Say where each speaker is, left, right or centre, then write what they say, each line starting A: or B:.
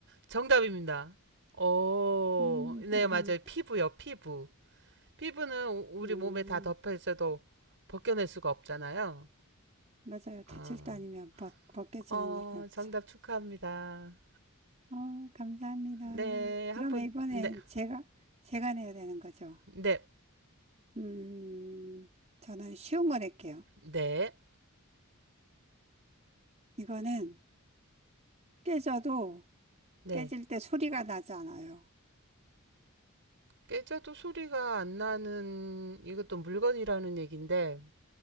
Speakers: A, on the right; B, on the right.
A: 정답입니다. 어,
B: 음,
A: 네,
B: 음,
A: 맞아요.
B: 음,
A: 피부요, 피부. 피부는 우- 우리
B: 음,
A: 몸에 다 덮여 있어도 벗겨낼 수가 없잖아요.
B: 맞아요. 다칠
A: 어,
B: 때 아니면 벗, 벗겨지는
A: 어,
B: 일은 없죠.
A: 정답 축하합니다.
B: 어, 감사합니다.
A: 네,
B: 그러면
A: 한번,
B: 이번엔
A: 네,
B: 제가, 제가 내야 되는 거죠.
A: 네,
B: 음, 저는 쉬운 거 낼게요.
A: 네,
B: 이거는 깨져도
A: 네.
B: 깨질 때 소리가 나지 않아요.
A: 깨져도 소리가 안 나는 이것도 물건이라는 얘기인데,